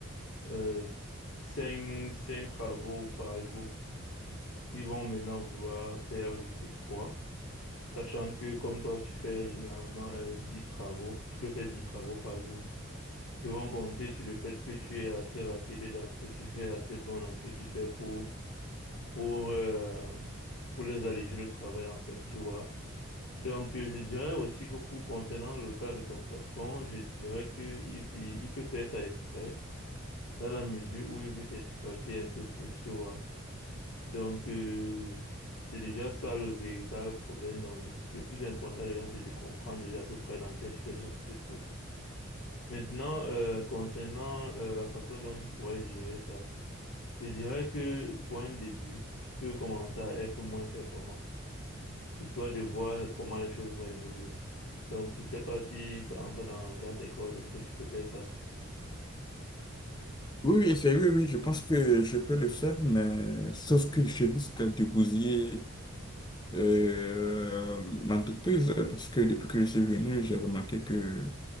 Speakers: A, on the left; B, on the left.
A: euh, cinq, cinq travaux par jour, ils vont maintenant vouloir faire juste trois, sachant que comme toi, tu fais généralement euh, 10 travaux, tu peux faire 10 travaux par jour. Ils vont compter sur le fait que tu es assez rapide dans ce que tu fais, assez bon dans ce que tu fais pour, pour, euh, pour les alléger le travail, en fait, tu vois. Donc, euh, je dirais aussi que pour concernant le cas de ton patron, je dirais que il, il il peut faire ça exprès, dans la mesure où il veut t'exploiter un peu plus, tu vois. Donc, euh, c'est déjà ça le véritable problème. Non, le, le plus important, les c'est de comprendre déjà à peu près dans quelle situation tu te trouves. Maintenant, euh, concernant euh, la façon dont tu pourrais gérer ça, je dirais que pour un début, tu peux commencer à être moins performant, histoire de voir comment les choses vont évoluer. Donc, je sais pas si ça entre dans, dans tes cordes, est-ce que tu peux faire ça?
B: Oui, oui, c'est- oui, oui, je pense que je peux le faire, mais sauf que je risque de bousiller euh, l'entreprise parce que depuis que je suis venu, j'ai remarqué que